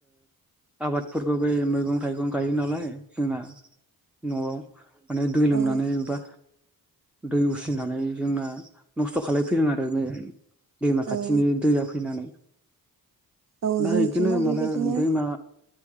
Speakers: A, in the centre; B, on the right.
A: आबादफोरखौबोै मैगं थाइगं गायो नालाय जोंना नआव माने दै लोमनानैबा
B: औ
A: दै उसिनानै जोंना नस्थ खालायफैदों आरो बे दैमा खाथिनि
B: औ
A: दैया फैनानै
B: औ
A: दा
B: जोंथिंबो
A: बिदिनो मालाय
B: बेबायदिनो
A: दैमा